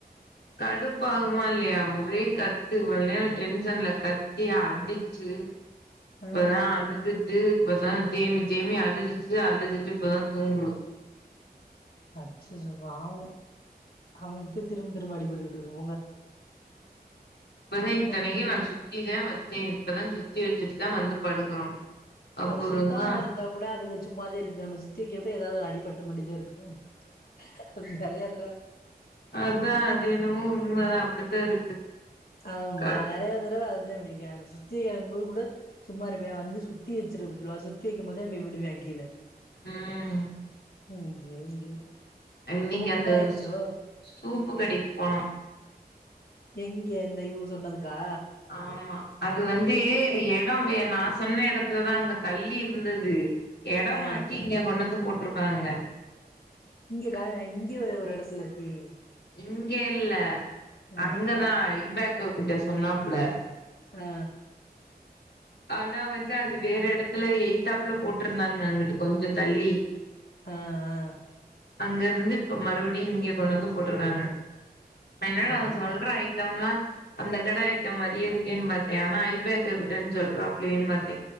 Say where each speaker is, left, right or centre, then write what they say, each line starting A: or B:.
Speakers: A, on the left; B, on the left.
A: கடுப்பாகுமா இல்லியா ஒரே கத்து இவ்ள் நேர டென்ஷன்ல கத்தி அடிச்சு
B: ஆ
A: இப்பதா அழு அழுதுட்டு இப்பதா தேமி தேமி அழுதுச்சு அழுதுட்டு இப்பதா தூங்குது.
B: அச்சச்சோ பாவோ அவுனுக்தா திரும்ப திரும்ப அடிபட்டுக்கிட்ருக்கு போங்க.
A: ஆனா இத்தனைக்கு
B: ம்.
A: நா சுத்திதா வெச்சே இப்பதா சுத்தி வெச்சுட்டு தா வந்து படுக்குறோ. அப்புறந்தா
B: அது சுத்தாம இருந்தா கூட அதுக சும்மாதே இருக்குங்க நம்ம சுத்தி வெக்கப்ப எதாவது ஒரு அடிபட் டமண்டிதா இருக்கு அது நெறையா தடவ
A: அதா அது என்னவோ உண்மைதா அப்டித்தா இருக்கு
B: ஆமா
A: க-
B: நா நெறைய தரவ அதுதா பண்ணியிருக்கே <unintelligible> சுத்தி எழும்பு கூடு சும்மா இருப்பே வந்து சுத்தி வச்சிரு அப்டின்னு சொல்லுவா சுத்தி வைக்கும் போதே இப்படி விடுவா கீழ
A: ம்
B: ஐயோ ஐயோ
A: இன்னைக்கு
B: ரொம்ப புண்ணா
A: அந்த
B: ஆயிருச்சோ
A: சூப்பு கடைக்கு போனோம்
B: எங்க இந்த இவ்ங்க சொன்னதுக்கா
A: ஆமா அது வந்து
B: எ
A: எடோ வேணா நா சொன்ன இடத்துலதா அங்க தள்ளி இருந்தது எடோ
B: ஆ
A: மாத்தி இங்க கொண்டந்து போட்ருக்காங்க
B: இங்க கட இங்கயே ஒரு ஒரு இடத்துல இருக்கே
A: இங்க இல்ல
B: ஆ
A: அங்கதா ஐபேக்கோ கிட்ட சொன்னாப்புல
B: ஆ ஆ
A: ஆனா வந்து அது வேற இடத்துல எய்தாப்ல போட்ருந்தானுங்க அங்கட்டு கொஞ்ச தள்ளி
B: ஆ ஆ
A: அங்க இருந்து இப்ப மறுபடியு இங்க கொண்டந்து போட்ருக்காங்க என்னடா
B: ஆ ஆ
A: சொல்ற ஐட்டம்லா அந்த கட ஐட்டம் மாரியே இருக்கேன்னு பாத்தியா ஆனா ஐபேக்கோ கிட்டன்னு சொல்றாப்பிலயேனு பாத்தே